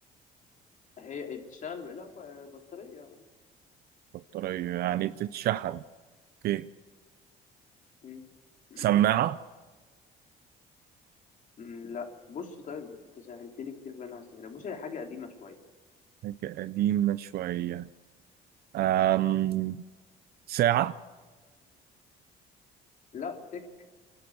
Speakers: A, on the left (about 50°); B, on the right (about 65°).
A: هي هي بتشتغل لا ب- بطارية
B: بطارية يعني بتتشحن أوكي
A: مم. <clears throat>
B: سماعة
A: مم، لا بص طيب انت سهلت لي كتير فانا هسهلها بص هي حاجه قديمه شويه
B: حاجة قديمة شوية آم ساعة
A: لا تك